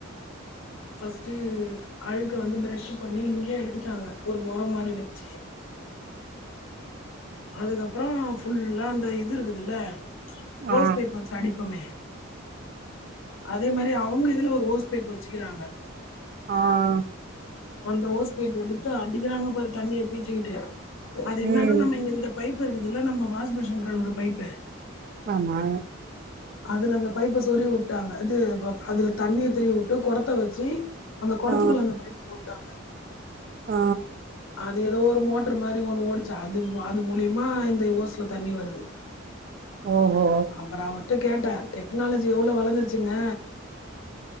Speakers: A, on the left; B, on the right.
A: ஃபஸ்ட்டு அழுக்க வந்து ப்ரெஷ் பண்ணி இங்கே எடுத்துட்டாங்க ஒரு மொரோ மாறி வச்சு அதுகப்றோ ஃபுல்லா அந்த இது இருக்குதுல்ல ம்ச்
B: ஆ
A: ஓஸ் பைப் வச்சு அடிப்போமே அதே மாறி அவுங்க இதுல ஒரு ஓஸ் பைப் வச்சுகிறாங்க
B: ஆஹ்
A: அந்த ஓஸ் பைப் வந்துட்டு அடிக்றாங்க பாரு தண்ணிய பீச்சிகிட்டு அது என்னனா
B: ம்
A: நம்ம இந்த பைப் இருக்குதுல நம்ம வாஷ் பேஷன் கழுவுற பைப்பு
B: ஆமா
A: அதுல அந்த பைப்ப சொறுகி வுட்டாங்க இது ப அதுல தண்ணி திருகி வுட்டு கொடத்த வச்சி அந்த கொடத்துகுள்ள
B: ஆ
A: அந்த பைப் போட்டாங்க
B: ஆ
A: அது எதோ ஒரு மோட்ரு மாரி ஒண்ணு ஓடிச்சு அது அது மூலிமா இந்த ஓஸ்ல தண்ணி வர்து
B: ஓஹோ
A: அப்றோ அவர்ட்ட கேட்டே டெக்னாலஜி எவ்ளோ வளர்ந்துச்சுங்க